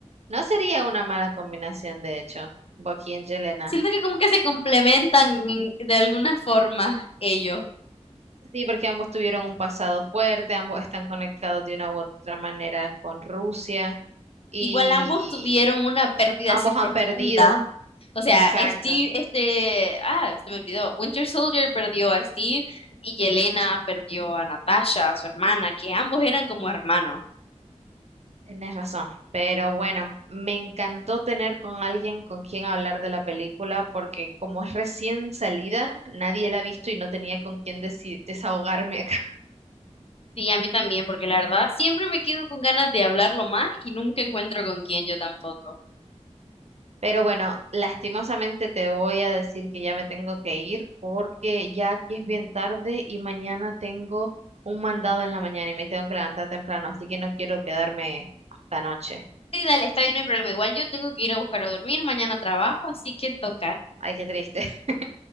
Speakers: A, on the right; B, on the left.
A: No sería una mala combinación, de hecho, Boqui y Yelena.
B: Siento que como que se complementan de alguna forma ellos.
A: Sí, porque ambos tuvieron un pasado fuerte, ambos están conectados de una u otra manera con Rusia y,
B: Igual ambos tuvieron una pérdida
A: Ambos
B: así profunda.
A: han perdido.
B: O sea,
A: Exacto,
B: Steve, este, ah, se me olvidó, Winter Soldier perdió a Steve y Yelena perdió a Natasha, su hermana, que ambos eran como hermanos.
A: tienes razón. Pero bueno, me encantó tener con alguien con quien hablar de la película porque como es recién salida, nadie la ha visto y no tenía con quien desi- desahogarme acá. <laughs>
B: Sí, a mí también, porque la verdad siempre me quedo con ganas de hablarlo más y nunca encuentro con quién yo tampoco.
A: Pero bueno, lastimosamente te voy a decir que ya me tengo que ir porque ya aquí es bien tarde y mañana tengo un mandado en la mañana y me tengo que levantar temprano, así que no quiero quedarme hasta noche.
B: Sí, dale, está bien, no hay problema. Igual yo tengo que ir a buscar a dormir, mañana trabajo, así que toca.
A: Ay, qué triste. <laughs>